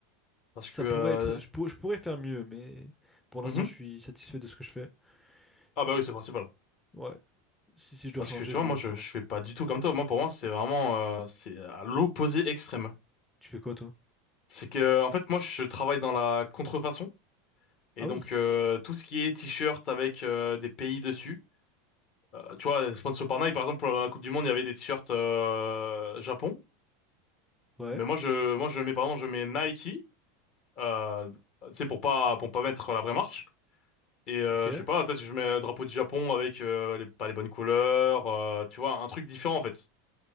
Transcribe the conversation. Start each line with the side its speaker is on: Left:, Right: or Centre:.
Left: Parce
Centre: ça
Left: que... euh,
Centre: pourrait être. Je pour- je pourrais faire mieux, mais pour l'instant,
Left: mhm.
Centre: je suis satisfait de ce que je fais.
Left: Ah bah
Centre: Et
Left: oui, c'est le principal.
Centre: Ouais. Si, si je dois
Left: Parce
Centre: changer,
Left: que tu vois,
Centre: je le
Left: moi, je,
Centre: changerai.
Left: je fais pas du tout comme toi. Moi, pour moi, c'est vraiment... euh, c'est à l'opposé extrême.
Centre: Tu fais quoi, toi?
Left: C'est que, en fait, moi, je travaille dans la contrefaçon. Et
Centre: Ah
Left: donc,
Centre: oui.
Left: euh, tout ce qui est t-shirt avec euh, des pays dessus. Euh, tu vois, sponsor par Nike, par exemple, pour la Coupe du Monde, il y avait des t-shirts euh, Japon.
Centre: Ouais.
Left: Mais moi, je, moi, je mets, pardon, je mets Nike. Euh, tu sais, pour pas, pour pas mettre la vraie marque. Et euh,
Centre: Ok.
Left: je sais pas, peut-être que je mets un drapeau du Japon avec euh, les, pas les bonnes couleurs, euh, tu vois, un truc différent en fait.